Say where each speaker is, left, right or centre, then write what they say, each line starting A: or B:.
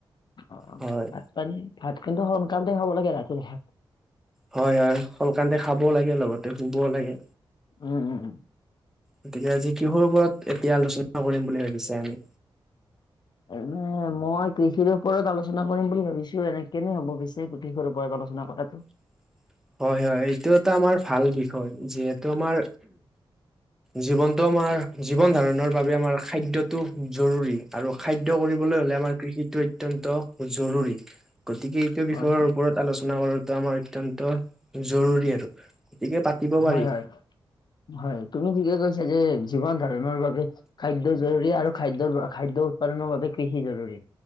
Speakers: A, on the left; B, in the centre.
A: অ
B: হয়
A: ভাত পানী ভাত কিন্তু সোনকালতে খাব লাগে ৰাতিৰ ভাত।
B: হয় হয় শলকান্তে খাবও লাগে লগতে শুবও লাগে।
A: উম উম উম।
B: গতিকে আজি কিহৰ ওপৰত এতিয়া আলোচনা কৰিম বুলি ভাবিছে আমি?
A: মানে মই কৃষিৰ ওপৰত আলোচনা কৰিম বুলি ভাবিছো এনে কেনে হ'ব পিছে কৃষি ওপৰত আলো- ঝোনা কৰাটো।
B: <inaudible> হয় হয় এইটো এটা আমাৰ ভাল বিষয় যিহেতু আমাৰ জীৱন। ত আমাৰ জীৱন ধাৰণৰ বাবে আমাৰ খাদ্যটো জৰুৰী আৰু খাদ্য কৰিবলৈ হলে আমাৰ কৃষিটো অত্যন্ত জৰুৰী। গতিকে এইটো বিষয়ৰ
A: হয়
B: ওপৰত আলোচনা কৰাটো আমাৰ অতন্ত জৰুৰী আৰু। গতিকে পাতিব
A: হয়
B: পাৰি।
A: হয় হয় তুমি কি কি কৈছা যে, জীৱন ধাৰণৰ বাবে খাদ্য জৰুৰী আৰু খাদ্যৰ খাদ্য উৎপাদনৰ বাবে কৃষি জৰুৰী।